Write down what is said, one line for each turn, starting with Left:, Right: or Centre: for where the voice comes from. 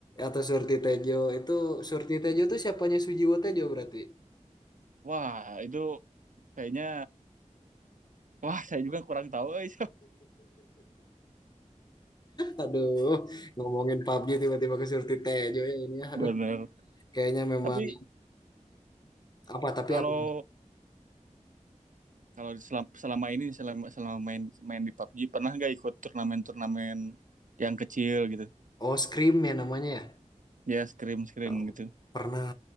Left: Atau Surti Tejo itu Surti Tejo itu siapanya Sujiwo Tejo berarti.
Right: wah itu kayaknya wah saya juga kurang tahu <laughs> eh.
Left: Aduh, ngomongin PUBG tiba-tiba ke Surti Tejo ya ini. ya. Aduh.
Right: bener
Left: Kayaknya memang
Right: tapi
Left: apa tapi
Right: kalau
Left: apa?
Right: Kalau selama, selama ini selama selama main main di PUBG pernah nggak ikut turnamen-turnamen yang kecil gitu?
Left: Oh, Scream ya namanya ya.
Right: Ya scrim-scrim
Left: Oh,
Right: gitu.
Left: pernah.